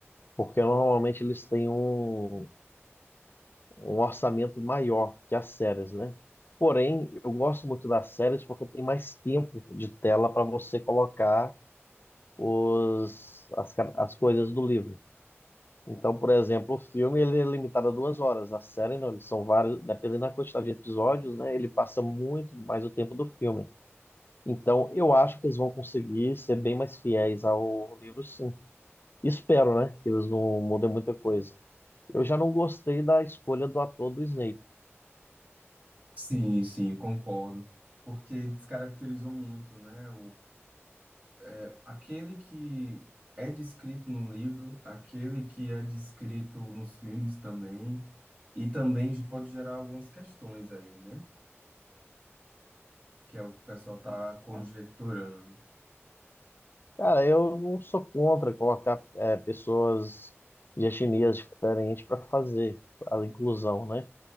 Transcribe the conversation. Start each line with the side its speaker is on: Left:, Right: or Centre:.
Left: porque normalmente eles têm um, um orçamento maior que as séries, né? Porém, eu gosto muito das séries porque tem mais tempo de tela para você colocar os, as, ca- as coisas do livro. Então, por exemplo, o filme ele é limitado a duas horas, a série não, eles são vários, dependendo da quantidade de episódios, né? Ele passa muito mais o tempo do filme. Então, eu acho que eles vão conseguir ser bem mais fiéis ao livro, sim. Espero, né? Que eles não mudem muita coisa. Eu já não gostei da escolha do ator do Snape.
Right: Sim, sim, concordo. Porque descaracterizou muito, né? É, Aquele que é descrito no livro, aquele que é descrito nos filmes também, e também pode gerar algumas questões aí, né? Que é o que o pessoal tá conjecturando.
Left: Cara, eu não sou contra colocar é, pessoas de etnias diferentes para fazer a inclusão, né?